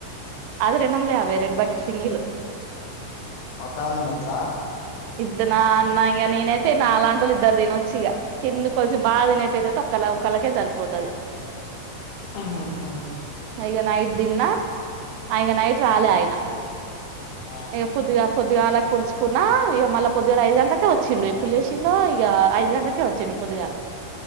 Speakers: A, on the right; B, on the left.
A: అది రెండొందల యాభై రెడ్ బకెట్ సింగిల్
B: ఒక్కాయన తినొచ్చా?
A: ఇద్దు నా నా ఇగ నేనైతే నాలాంటోళ్ళు ఇద్దరు తినొచ్చు ఇగ తిండి కొంచెం బాగా తినేటోళ్ళు అయితే ఒక్క పలావ్ ఒక్కళ్ళకే సరిపోతది.
B: ఊ హూ హుమ్
A: ఇగ నైట్ తిన్నా ఆ ఇగ నైట్ రాలే ఆయన
B: ఆ
A: ఇగ పొద్దుగా పొద్దుగాలకి ఉంచుకున్నా ఇగ మళ్ళా పొద్దు గాల ఐదు గంటలకే వచ్చిండు ఎప్పుడు లేసిండో ఇగ ఐదు గంటలకే వచ్చిండు పొద్దుగాల